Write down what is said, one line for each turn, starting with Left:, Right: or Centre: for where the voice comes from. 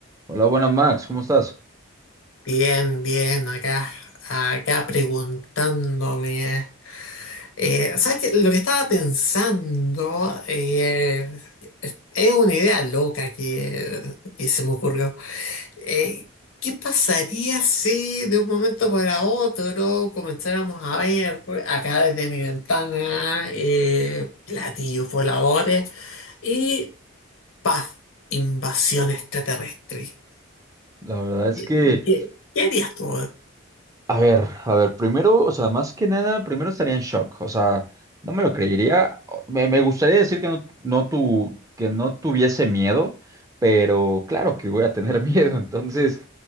Right: Hola, buenas Max, ¿cómo estás?
Left: Bien, bien, acá, acá preguntándome. Eh, ¿sabes qué? Lo que estaba pensando eh, es es una idea loca que, que se me ocurrió. Eh, ¿qué pasaría si de un momento para otro comenzáramos a ver acá desde mi ventana eh, platillos voladores y paz, invasión extraterrestre?
Right: La verdad es
Left: ¿Qué,
Right: que,
Left: qué qué harías tú?
Right: a ver, a ver, primero, o sea, más que nada, primero estaría en shock, o sea, no me lo creería. O- Me, me gustaría decir que no, no tu- que no tuviese miedo, pero claro que voy a tener <laughs> miedo, entonces,